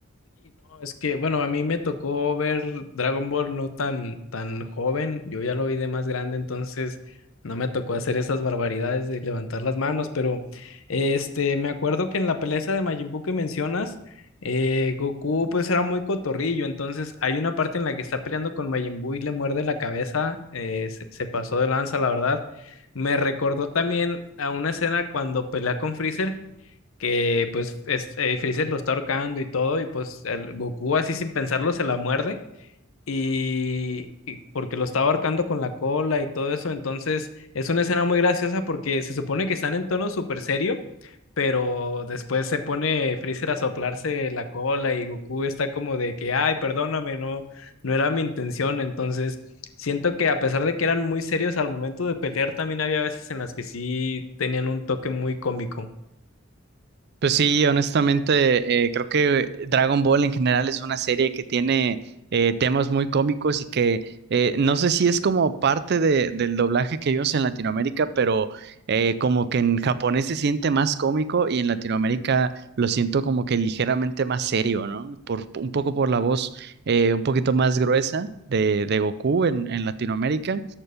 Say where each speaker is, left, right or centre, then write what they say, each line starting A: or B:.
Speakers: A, on the left; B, on the right.
A: No, es que, bueno, a mí me tocó ver Dragon Ball no tan, tan joven, yo ya lo vi de más grande, entonces no me tocó hacer esas barbaridades de levantar las manos, pero este, me acuerdo que en la pelea esa de Majin Buu que mencionas, eh, Goku pues era muy cotorrillo, entonces hay una parte en la que está peleando con Majin Buu y le muerde la cabeza, eh, se, se pasó de lanza, la verdad. Me recordó también a una escena cuando pelea con Freezer que pues es, eh, Freezer lo está ahorcando y todo, y pues el Goku así sin pensarlo se la muerde, y, y porque lo estaba ahorcando con la cola y todo eso, entonces es una escena muy graciosa porque se supone que están en tono súper serio, pero después se pone Freezer a soplarse la cola y Goku está como de que, ay, perdóname, no, no era mi intención, entonces... Siento que a pesar de que eran muy serios al momento de pelear, también había veces en las que sí tenían un toque muy cómico.
B: Pues sí, honestamente, eh, creo que Dragon Ball en general es una serie que tiene eh, temas muy cómicos y que eh, no sé si es como parte de- del doblaje que vimos en Latinoamérica, pero eh, como que en japonés se siente más cómico y en Latinoamérica lo siento como que ligeramente más serio, ¿no? Por, un poco por la voz eh, un poquito más gruesa de, de Goku en, en Latinoamérica